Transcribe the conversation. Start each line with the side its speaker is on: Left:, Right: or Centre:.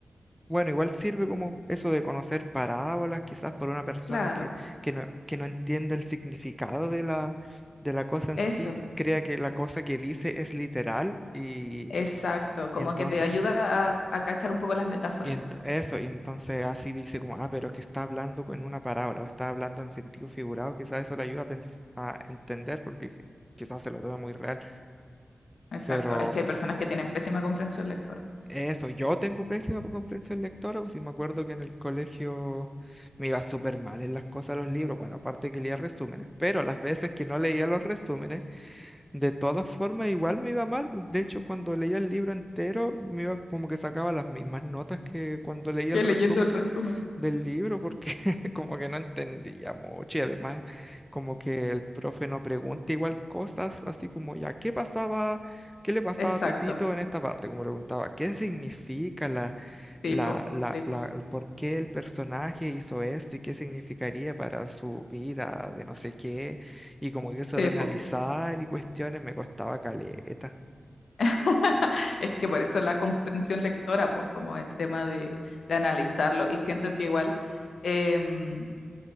Centre: bueno, igual sirve como eso de conocer parábolas, quizás por una persona
Left: Claro,
Centre: que, que no, que no entiende el significado de la, de la cosa en
Left: eso.
Centre: sí, que crea que la cosa que dice es literal y,
Left: Exacto, como
Centre: y entonces...
Left: que te ayuda a, a cachar un poco las metáforas.
Centre: Y ent- eso, y entonces así dice como, ah, pero es que está hablando con una parábola, o está hablando en sentido figurado, quizás eso le ayuda a, pens- a entender porque qui- quizás se lo toma muy real.
Left: Exacto,
Centre: Pero
Left: es que hay personas que tienen pésima comprensión lectora.
Centre: eso, yo tengo pésima comprensión lectora, pues si me acuerdo que en el colegio me iba súper mal en las cosas de los libros. Bueno, aparte que leía resúmenes, pero las veces que no leía los resúmenes, de todas formas, igual me iba mal. De hecho, cuando leía el libro entero, me iba como que sacaba las mismas notas que cuando leía
Left: Que
Centre: el resumen
Left: leyendo el resumen.
Centre: del libro, porque <laughs> como que no entendía mucho y además como que el profe no pregunta igual cosas, así como ya, ¿qué pasaba? ¿Qué le pasaba
Left: Exacto,
Centre: a Pepito en esta parte? Como preguntaba, ¿qué significa la,
Left: tipo,
Centre: la, la,
Left: tipo,
Centre: la, por qué el personaje hizo esto y qué significaría para su vida de no sé qué, y como que eso
Left: tipo.
Centre: de analizar y cuestiones me costaba caleta.
Left: <laughs> Es que por eso la comprensión lectora, pues como el tema de, de analizarlo. Y siento que igual, em,